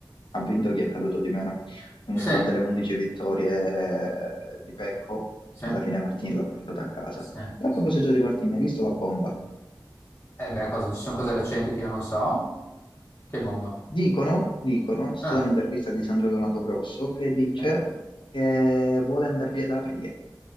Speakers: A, on the left; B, on the left.
A: Ha vinto chi è caduto di meno. Nonostante
B: Sì,
A: le 11 vittorie eh, di Pecco,
B: sì,
A: alla fine Martin l'ha portata a casa.
B: sì,
A: E
B: sì,
A: a proposito
B: sì.
A: di Martin, hai visto la bomba?
B: Eh beh, cosa, ci sono cose recenti che io non so? Che bomba.
A: Dicono, dicono, c'è stata
B: Ah,
A: un'intervista di Sandro Donato Grosso che dice
B: sì.
A: che vuole andare via da aprile.